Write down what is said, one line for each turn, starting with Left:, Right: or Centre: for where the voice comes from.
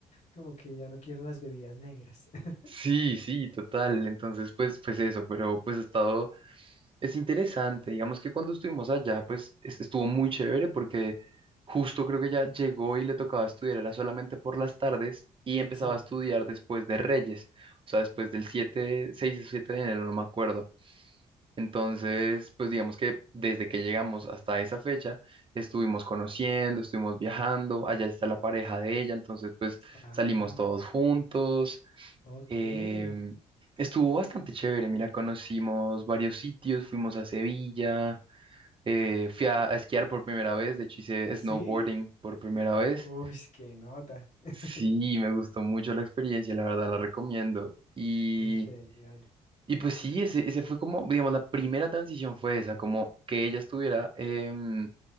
Left: Como que ya no quiero las bebidas negras. <laughs>
Right: Sí, sí, total. Entonces, pues, pues eso, pero pues he estado Es interesante, digamos que cuando estuvimos allá, pues es- estuvo muy chévere porque justo creo que ya llegó y le tocaba estudiar, era solamente por las tardes y empezaba
Left: Sí.
Right: a estudiar después de Reyes, o sea, después del 7 6 o 7 de enero, no me acuerdo. Entonces, pues digamos que desde que llegamos hasta esa fecha, estuvimos conociendo, estuvimos viajando, allá está la pareja de ella, entonces pues
Left: Ah,
Right: salimos todos juntos,
Left: ok.
Right: Em, estuvo bastante chévere, mira, conocimos varios sitios, fuimos a Sevilla, eh, fui a, a esquiar por primera vez, de hecho hice snowboarding
Left: ¿Sí?
Right: por primera vez.
Left: Uy, qué nota. <laughs>
Right: Sí, me gustó mucho la experiencia, la verdad la recomiendo. Y,
Left: Sí, Genial.
Right: y pues sí, ese, ese fue como, digamos, la primera transición fue esa, como que ella estuviera em,